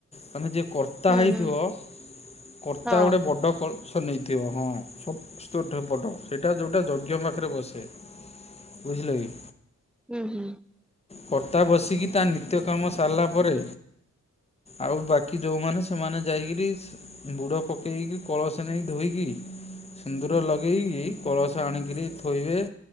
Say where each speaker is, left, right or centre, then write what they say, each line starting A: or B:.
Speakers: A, on the left; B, in the centre.
A: ମାନେ ଯିଏ କର୍ତ୍ତା
B: ହୁଁ
A: ହେଇଥିବ
B: ହୁଁ
A: କର୍ତ୍ତା
B: ହଁ
A: ଗୋଟେ ବଡ଼ କଳସ ନେଇଥିବା ହଁ। ତୋ ଠୁ ବଡ଼ ସେଇଟା ଯୋଉଟା ଯଜ୍ଞ ପାଖରେ ବସେ ବୁଝିଲ କି?
B: ହୁଁ ହୁଁ।
A: କର୍ତ୍ତା ବସିକି ତା ନିତ୍ୟ କର୍ମ ସାରିଲା ପରେ ଆଉ ବାକି ଯୋଉମାନେ ସେମାନେ ଯାଇକିରି ସି ବୁଡ଼ ପକେଇକି କଳସ ନେଇ ଧୋଇକି ସିନ୍ଦୁର ଲଗେଇକି କଳସ ଆଣିକିରି ଥୋଇବେ।